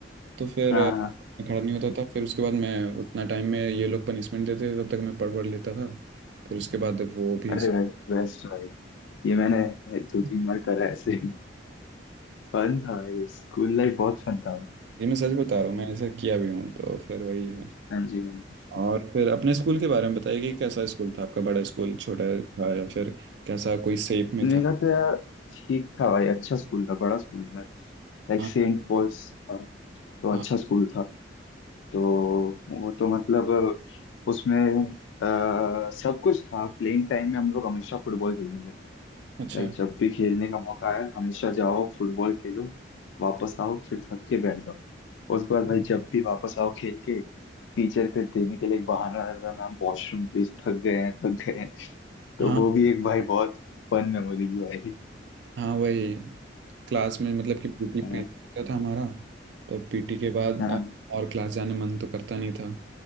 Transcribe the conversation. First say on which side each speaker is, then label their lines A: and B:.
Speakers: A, on the right; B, on the left.
A: तो फिर
B: हाँ
A: अ,
B: हाँ,
A: मैं खड़ा नहीं होता था फिर उसके बाद मैं उतना टाइम में ये लोग पनिशमेंट देते थे तब तक मैं पढ़ पढ़ लेता था फिर उसके बाद वो भी
B: अरे भाई बेस्ट भाई ये मैंने दो
A: <laughs>
B: तीन बार करा है ऐसे फन था भाई स्कूल लाइफ बहुत फन था भाई
A: ये मैं सच बता रहा हूँ मैं ऐसा किया भी हूँ तो फिर वही है
B: हाँ जी हाँ जी।
A: और फिर अपने स्कूल के बारे में बताइए कि कैसा स्कूल था आपका बड़ा स्कूल छोटा था या फिर कैसा कोई सेप में
B: मेरा
A: था
B: तो यार ठीक था भाई अच्छा स्कूल था बड़ा स्कूल था लाइक
A: हाँ
B: सेंट पॉल्स था तो
A: हाँ
B: अच्छा स्कूल था तो वो तो मतलब उसमें आ, सब कुछ था प्लेइंग टाइम में हम लोग हमेशा फुटबॉल खेलते थे
A: अच्छा
B: लाइक जब भी खेलने का मौका आया हमेशा जाओ फुटबॉल खेलो वापस आओ फिर थक के बैठ जाओ उसके बाद भाई जब भी वापस आओ खेल के टीचर के देने के लिए एक बहाना रहता था मैम वॉशरूम प्लीज थक गए हैं थक गए हैं तो
A: हाँ
B: वो भी एक भाई बहुत फन मेमोरी भी भाई
A: हाँ वही क्लास में मतलब कि पीटी
B: अ,
A: पीरियड होता था हमारा तो पीटी के बाद
B: हाँ
A: अ,
B: हम्म
A: और क्लास जाने मन तो करता नहीं था